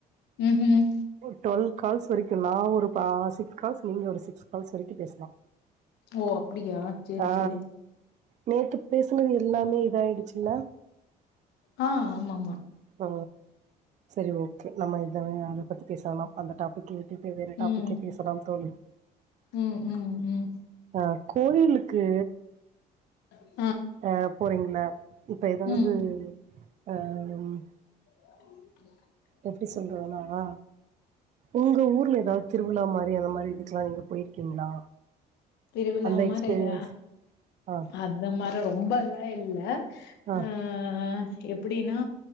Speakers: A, on the left; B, on the right.
A: ம் ம்
B: டுவெல் கால்ஸ் வரைக்கு நா ஒரு பா சிக்ஸ் கால்ஸ் நீங்க ஒரு சிக்ஸ் கால்ஸ் வரைக்கு பேசலா
A: ஓ அப்டியா செரி
B: ஆ
A: செரி
B: நேத்து பேசுனது எல்லாமே இதாயிடுச்சுல்ல
A: அ ஆமா ஆமா
B: அ செரி ஓகே நம்ம இத அத பத்தி பேச வேணா அந்த டாபிக்கே இப்ப வேற டாபிக்கே
A: ம்
B: பேசலாம் தோழி
A: ம் ம் ம்
B: அ கோயிலுக்கு
A: அ
B: அ போறீங்களா இப்ப எதாவது
A: ம்
B: அ ம்
A: உ
B: எப்டி சொல்றதுனா உங்க ஊர்ல எதாவது திருவிழா மாரி அந்த மாரி இதுக்கெல்லா நீங்க போயிருக்கீங்களா
A: திருவிழா
B: அந்த
A: மாரில்லா
B: எக்ஸ்பீரியன்ஸ் ஆ
A: அந்த மாரி ரொம்பல்லா இல்ல
B: ஆ
A: அ எப்டின்னா